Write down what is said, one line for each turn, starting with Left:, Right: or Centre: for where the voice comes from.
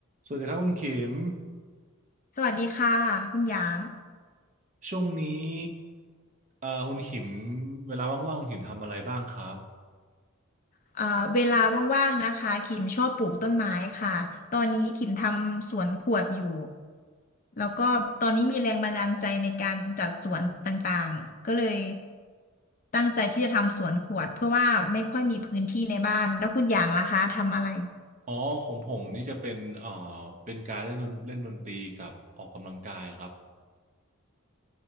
Right: สวัสดีครับคุณขิม
Left: สวัสดีค่ะคุณหยาง
Right: ช่วงนี้เอ่อคุณขิมเวลาว่างๆคุณขิมทำอะไรบ้างครับ
Left: เอ่อเวลาว่างๆนะคะคิมชอบปลูกต้นไม้ค่ะตอนนี้คิมทำสวนขวดอยู่ แล้วก็ตอนนี้มีแรงบันดาลใจในการจัดสวนต่างๆ ก็เลยตั้งใจที่จะทำสวนขวดเพื่อว่าไม่ค่อยมีพื้นที่ในบ้านแล้วคุณหยางล่ะคะทำอะไร
Right: อ๋อของผมนี่จะเป็นเอ่อเป็นการเล่นดนเล่นดนตรีกับออกกำลังกายครับ